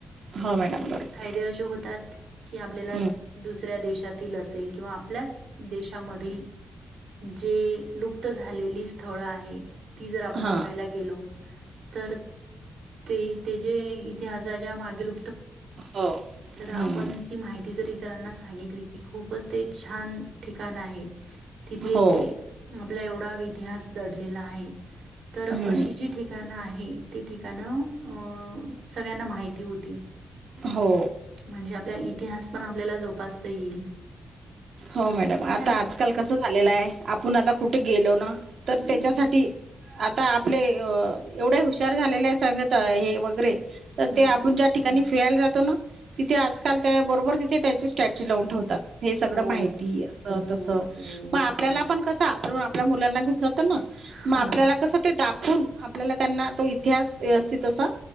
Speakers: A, on the right; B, on the right.
A: हो मॅडम बरोबर.
B: फायदे असे होतात की आपल्याला
A: हं.
B: दुसऱ्या देश अस किंवा आपल्याच देशामध जे लुप्त झालेली स्थळ आहे ती जर आपण
A: हां.
B: बघायला गेलो तर ते ते ज इतिहासाच्या मागील
A: हो. हं.
B: आप मा तरांना सांगितली की खूपच ते छान ठिकाण आहे तिथे
A: हो
B: आपला एवढा इतिहास दडलेला आहे तर
A: हं.
B: अशी जी ठिकाणं आहे ती ठिकाणं अ सगळ्यांना माहिती होती तीन
A: हो
B: म्हणजे आपला इतिहास पण आपल्याला जोपासता येईल
A: हो मॅडम आता
B: है ना.
A: आजकाल कसं झालेलं आहे आपण आता कुठे गेलो ना तर
B: हम्म
A: त्याच्यासाठी आता आपले अ एवढे हुशार झालेले आहे सांगत हे वगैरे तर
B: हम्म
A: ते आपण ज्या ठिकाणी फिरायला जातो ना तिथे आजकाल त्या बरोबर तिथे त्याची स्ट्रॅ लावून ठेवतात हे सगळं
B: हो
A: माहि अस
B: हो
A: तस
B: हो
A: मग आपल्याला पण कस आपल्या मुलांना जात ना
B: हो
A: मग आपल्याला कस ते दाखवून आपल्याला त्यांना तो इतिहास असत तसा